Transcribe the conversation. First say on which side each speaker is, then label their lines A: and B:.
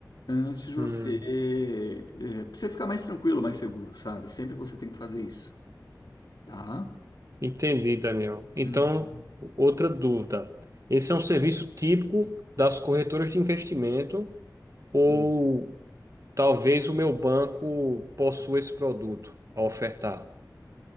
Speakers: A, on the left (about 70°); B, on the right (about 45°).
A: Antes de você,
B: Hum,
A: é, pra você ficar mais tranquilo, mais seguro, sabe? Sempre você tem que fazer isso, tá?
B: entendi, Daniel. Então,
A: Uhum.
B: outra dúvida. Esse é um serviço típico das corretoras de investimento ou
A: Isso.
B: Talvez o meu banco possua esse produto a ofertar.